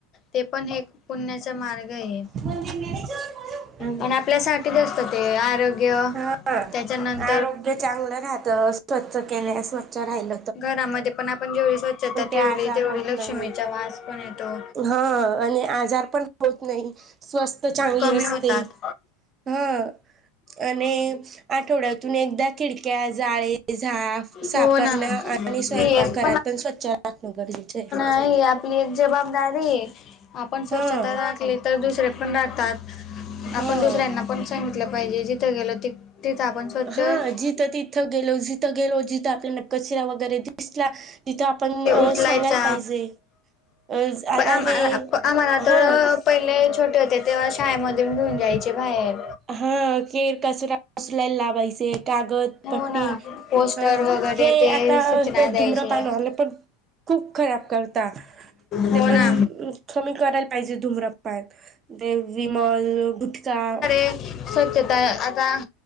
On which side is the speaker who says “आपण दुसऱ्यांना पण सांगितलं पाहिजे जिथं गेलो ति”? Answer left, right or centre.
Left